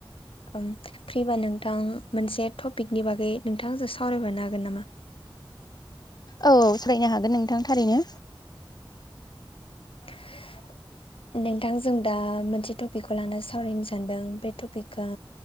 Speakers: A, on the left; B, on the left.
A: ओं फ्रिबा नोंथां मोनसे टपिकनि बागै नोंथाङा आंजों सावरायफानो हागोन नामा?
B: औ औ सावरायनो हागोन नोंथां थारैनो।
A: <inaudible> नोंथां जों दा मोनसे टपिकखौ लानानै सावरायनो सानदों बे टपिका